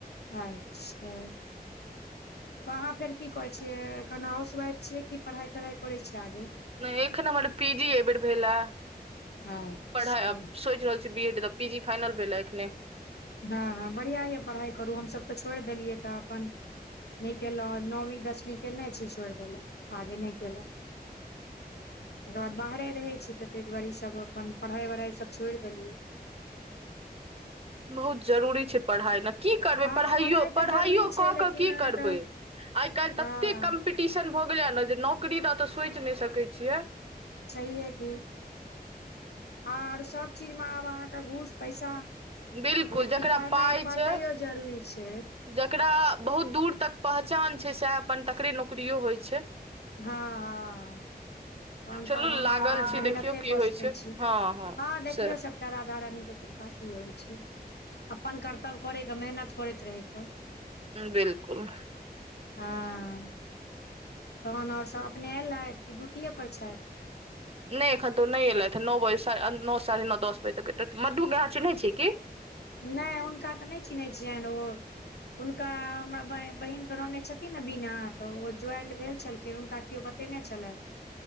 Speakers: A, on the left (about 85°); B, on the right (about 35°).
A: अच्छा तऽ अहाँ फेर की करै छियै एखन हाउसवाइफ छियै कि पढ़ाइ तढ़ाइ करै छियै आगे
B: नहि एखन हमर पी जी एहि बेेर भेलाह
A: अच्छा
B: पढ़ाई अब सोच रहल छियै बी एड दऽ पीजी फानल भेले एखने
A: हँ हँ बढ़िआँ यऽ पढ़ाइ करू हमसभ तऽ छोड़ि देलियै तऽ अपन नहि केलहुँ नौवी दसमी केने छी छोड़ि देलहुँ आगे नहि केलहुँ त बाद बाहरे रहे छी तऽ तहि दुआरे ई सब अपन पढ़ाई वढ़ाई सब छोड़ देलियै
B: बहुत जरूरी छै पढ़ाइ नऽ की करबै
A: हँ
B: पढ़ाइयो
A: पढ़ाइ तऽ
B: पढ़ाइयो
A: जरूरी छै
B: कऽ
A: लेकिन
B: कऽ की
A: अहाँके
B: करबै आइ काल्हि
A: हँ
B: तते कम पिटीशन भऽ गेलै हँ नऽ जे नौकरी दऽ तऽ सोच नहि सकैय छियै
A: छैहे की और सब चीज मऽ आब अहाँक घूस पैसा
B: बिल्कुल
A: लेकिन
B: जकरा
A: पढ़नाइ
B: पाइ
A: पढ़नाइयो
B: छै
A: जरूरी छै
B: जकरा बहुत दूर तक पहचान छै सएह अपन तकरे नौकरियो होइ छै
A: हँ हँ तखन
B: चलू
A: तऽ हम
B: लागल
A: अहाँ
B: छी
A: मेहनते
B: देखियौ की
A: कऽ
B: होइ
A: सकैत
B: छै
A: छी
B: हँ
A: हँ देखियौ
B: से
A: सभ कारा धारा नै जे त्रिपाठी होइ छै अपन कर्तव्य करै कऽ मेहनत करैत रहै कऽ
B: बिलकुल
A: हँ तहन आओर सभ अपने एलैथ कि ड्यूटिए पर छथि
B: नहि एखन तो नहि एलथि हे नओ बजे नओ साढ़े नओ दस बजे तक एतैथ मधु <unintelligible> चिनहै छियै की
A: नहि हुनका तऽ नहि चिन्हैत छियनि ओ हुनका हमरा बहिन के ननैद छथिन ने बिना तऽ ओ ज्वाइंड भेल छलखिन हुनका केओ छलए